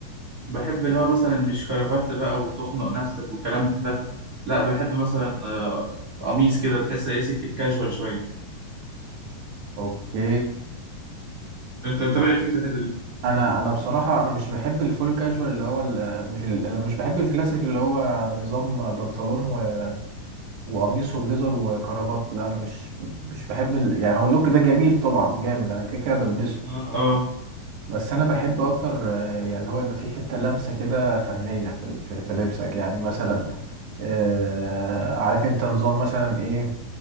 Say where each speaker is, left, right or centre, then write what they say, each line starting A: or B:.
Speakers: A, on the right (about 45°); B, on the right (about 65°).
A: بحب اللي هو مثلا مش كرافات بقى وتخنق نفسك والكلام ده لا بحب مثلا آه، قميص كده تحس إيه سكة كاجوال شوية
B: اوكي
A: أنت أنت رأيك إيه في الحتة دي؟
B: انا انا بصراحة انا مش بحب الفول كاجوال اللي هو ال- مش ال... انا مش بحب الكلاسيك اللي هو نظام بنطلون و... وقميص وبليزر وكرافات لا انا مش مش بحب ال... يعني هو اللوك ده جميل طبعا جامد انا كده كده بلبسه
A: آه آه
B: بس انا بحب اكتر آه، يعني اللي هو يبقى فيه حته لمسه كده فنيه في ال- في في لبسك يعني مثلا آه، عارف انت نظام مثلا ايه